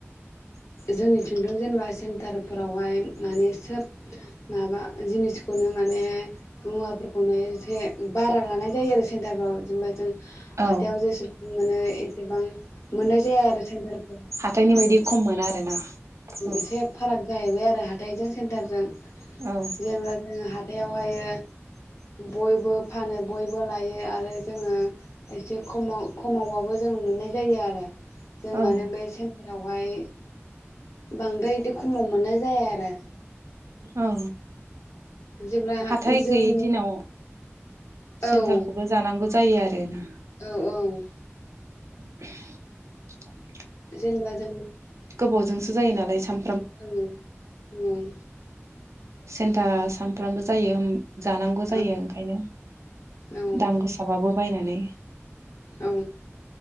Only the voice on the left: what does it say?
जोंनिथिंथ' जेनेबा सेन्टारफोरावहाय माने सोब माबा जिनिसखौनो माने मुवाफोरखौनो एसे बारा लानाय जायो आरो सेन्टारफोराव जेनेबा जों हाथायाव
जेसेबां मोनो इसेबां मोननाय जाया आरो सेन्टारफोराव
एसे फाराग जाहैबाय आरो हाथायजों सेन्टारजों
जेब्ला जोङो हाथायाव हायो बयबो फानो बयबो लायो आरो जोङो एसे खमाव खमावबाबो जों मोननाय जायो आरो जों
माने बे जेरावहाय बांद्राय इदि खमाव मोननाय जाया आरो
जेब्ला
जों
औ
औ औ
जेनेबा जों
ओं ओं ओम
औ
औ
औ